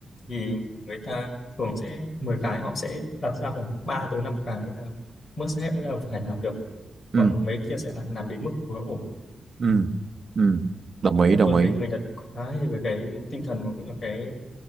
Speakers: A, on the left; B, on the right.
A: thì người ta thường sẽ 10 cái họ sẽ đặt ra khoảng 3 tới 5 cái là must have nghĩa là phải làm được
B: ừ
A: còn mấy kia sẽ là làm đến mức vừa ổn
B: ừ ừ đồng ý
A: Nên là
B: đồng
A: tôi
B: ý
A: thấy người Nhật khá hay về cái tinh thần và cũng như cái